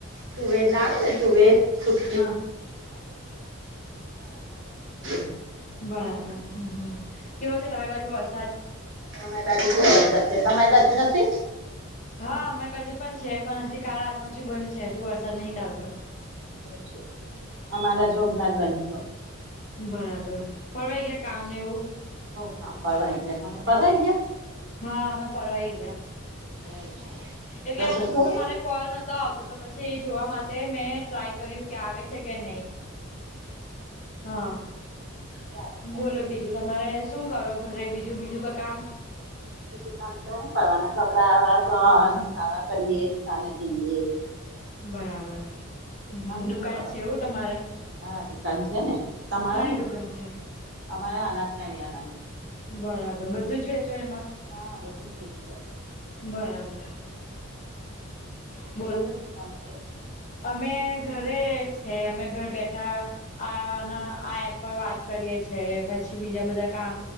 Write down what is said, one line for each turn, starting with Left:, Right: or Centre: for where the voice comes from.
Right: તુંવે નાવ ને તુંવે સુક
Left: હા
Right: <unintelligible>
Left: બરાબર હમમ કેવું છે તમારી બાજુ વરસાદ
Right: અમારી બાજુ બહુ વરસાદ છે તમારી બાજુ નથી
Left: હા અમારી બાજુ પણ છે પણ હજી કા આતનો હજુ બંધ છે હજુ વરસાદ નહીં ચાલતો
Right: એવું છે અમારી બાજુ હમણાં જ બંધ થયો
Left: બરાબર પરવારી ગયા કામને એવું
Right: કામ પરવારી ગયા તમે પરવારી ગયા
Left: હા અમે પરવારી ગયા
Right: એવું છે
Left: એટલે
Right: રસોઈ
Left: આ નંબર
Right: થઈ
Left: પર
Right: ગઈ
Left: મારે કોલ નતો આવતો તો પછી એ જોવા માટે મેં ટ્રાય કર્યું કે આવે છે કે નહી હા
Right: સારું સારું
Left: બોલો બીજું તમારે શું કરો ઘરે બીજું બીજું કામ
Right: બીજું કામ તો હું કરવાના કપડાં વાસણ ખાવા કરીએ <unintelligible>
Left: બરાબર
Right: તમે
Left: દુકાન
Right: શું કરો
Left: છે એવું તમારે
Right: હા દુકાન છે ને તમારે
Left: હાની
Right: હું
Left: દુકાન છે
Right: અમારે અનાજ કરિયાણાની દુકાન છે
Left: બરાબર બધું જ વેચો એમાં
Right: હા બધું જ વેચીએ
Left: બરાબર હ
Right: તમે શું કામ કરો છો
Left: અમે ઘરે છે અમે ઘર બેઠા આ આ એપ પર વાત કરીએ છે પછી બીજા બધા કામ